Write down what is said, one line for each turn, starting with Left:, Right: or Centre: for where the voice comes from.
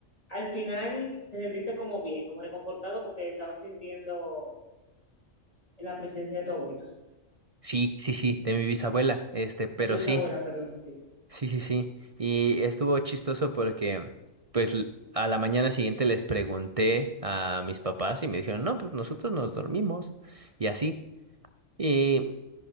Left: al final te sentiste como bien, como reconfortado porque estabas sintiendo la presencia de tu abuela,
Right: Sí, sí, sí, de mi bisabuela, este, pero
Left: de tu bisabuela,
Right: sí,
Left: perdón, sí.
Right: sí, sí, sí. Y estuvo chistoso porque, pues, l- a la mañana siguiente les pregunté a mis papás y me dijeron, no, pues nosotros nos dormimos y así. Y,